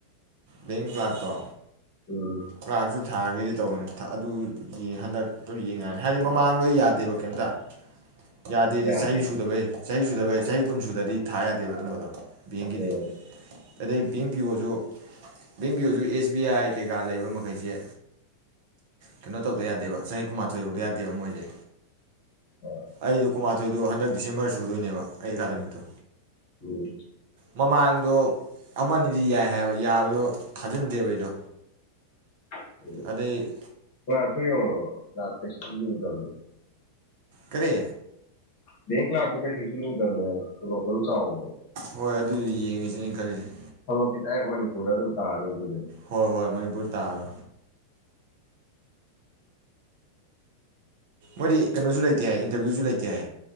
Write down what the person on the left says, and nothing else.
ꯎꯝ
ꯌꯥꯗꯦꯗ
ꯎꯝ
ꯑꯥ
ꯎꯝ
ꯑꯨ
ꯀ꯭ꯂꯥ ꯇꯨ ꯌꯦ ꯂꯥꯛꯀꯦꯁꯨ ꯔꯨꯗꯅꯤ
ꯕꯦꯡ ꯀ꯭ꯂꯥꯛꯇꯤꯁꯨ ꯀꯩ ꯂꯨꯗꯃꯦꯕ ꯇꯨꯂꯣꯞ ꯑꯗꯨꯨꯝ ꯆꯥꯎ
ꯍꯧꯂꯛꯀꯤ ꯇꯥꯏ ꯃꯅꯤꯄꯨꯔꯗ ꯑꯗꯨꯝ ꯇꯥꯒꯣ ꯑꯗꯨꯅꯦ